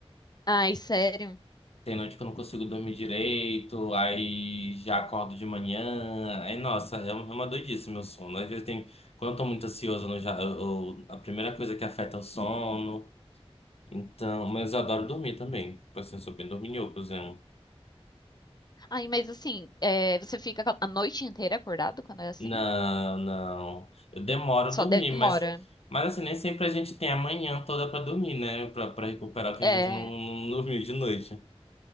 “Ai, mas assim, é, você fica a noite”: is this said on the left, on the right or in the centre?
Left